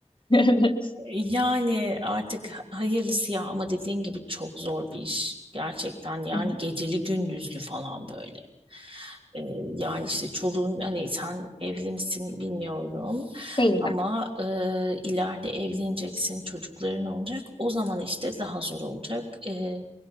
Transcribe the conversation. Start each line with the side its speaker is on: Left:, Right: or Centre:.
Left: <laughs>
Right: Yani artık hayırlısı ya ama dediğin gibi çok zor bir iş. Gerçekten yani
Left: Hı hı.
Right: geceli gündüzlü falan böyle. Ee, yani işte çoluğun hani sen evli misin bilmiyorum.
Left: Değilim.
Right: Ama e, ileride evleneceksin, çocukların olacak. O zaman işte daha zor olacak. E,